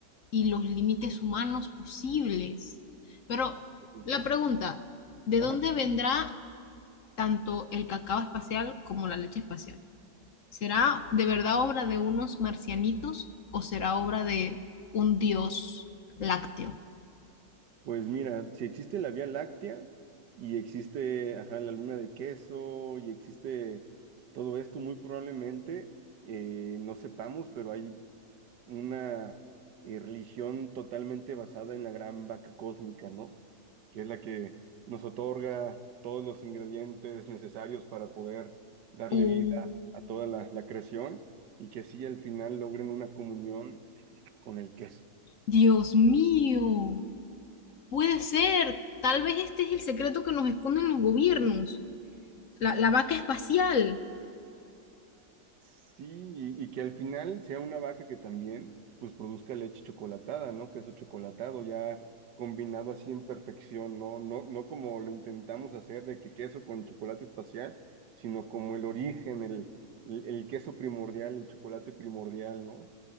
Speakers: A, on the left; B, on the right.
A: y los límites humanos posibles. Pero
B: Un
A: la
B: queso.
A: pregunta, ¿de
B: Ajá.
A: dónde vendrá tanto el cacao espacial como la leche espacial? ¿Será de verdad obra de unos marcianitos o será obra de un dios lácteo?
B: Pues mira, si existe la Vía Láctea y existe, ajá, la luna de queso y existe todo esto, muy probablemente eh, no sepamos, pero hay una eh, religión totalmente basada en la gran vaca cósmica, ¿no? Que es la que nos otorga todos los ingredientes necesarios para poder darle
A: Oh,
B: vida a toda la, la creación y que así al final logren una comunión con el queso.
A: Dios mío, puede ser. Tal vez este es el secreto que nos esconden los gobiernos. La, la vaca espacial.
B: Sí, y, y que al final sea una vaca que también pues produzca leche chocolatada, ¿no? Queso chocolatado ya combinado así en perfección, ¿no? No, no como lo intentamos hacer de que queso con chocolate espacial, sino como el origen, el, el, el queso primordial, el chocolate primordial, ¿no?